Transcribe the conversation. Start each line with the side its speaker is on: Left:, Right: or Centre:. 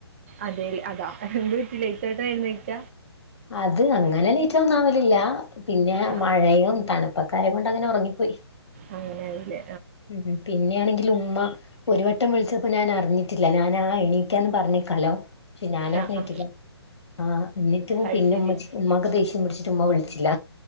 Right: അതെൽ അതാ എന്ത് പറ്റി ലേറ്റായ്ട്ടയിട്ടാ എഴ്ന്നെക്ക
Left: അത് അങ്ങനെ ലേറ്റൊന്നാവലില്ല പിന്നെ
Right: ആ
Left: മഴയും തണുപ്പ പ്പക്കായംകൊണ്ട് അങ്ങനെ ഒറങ്ങിപ്പോയി
Right: അങ്ങനെയാവുംലേ
Left: ഉം പിന്നെയാണെങ്കിൽ ഉമ്മ ഒരുവട്ടം വിൾച്ചപ്പോ ഞാൻ അറിഞ്ഞിറ്റില്ല ഞാൻ ആ എണീക്കാന്ന് പറഞ്ഞിക്കാലോ പക്ഷെ ഞാനറിഞ്ഞിറ്റില്ല
Right: ആ ആ
Left: ആഹ എന്നിട്ടും
Right: അത്
Left: പിന്നുമ്മച്ചി
Right: ശരി
Left: ഉമ്മാക്ക് ദേഷ്യംപിട്ച്ചിട്ട് ഉമ്മ വിൾച്ചില്ല